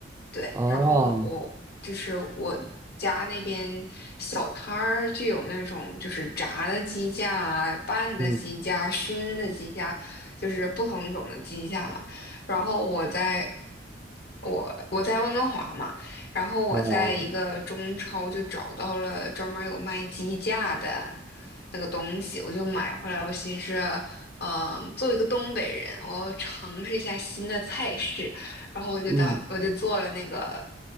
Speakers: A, on the left; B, on the right.
A: 对，
B: 哦，
A: 然后我就是我家那边小摊儿就有那种就是炸的鸡架啊、拌的鸡架、
B: 嗯，
A: 熏的鸡架，就是不同种的鸡架嘛。然后我在我我在温哥华嘛，然后我在一个中超就找到了专门有卖鸡架的
B: 哦，
A: 那个东西，我就买回来。我寻思，嗯、作为一个东北人，我要尝试一下新的菜式。然后我就打，
B: 嗯，
A: 我就做了那个，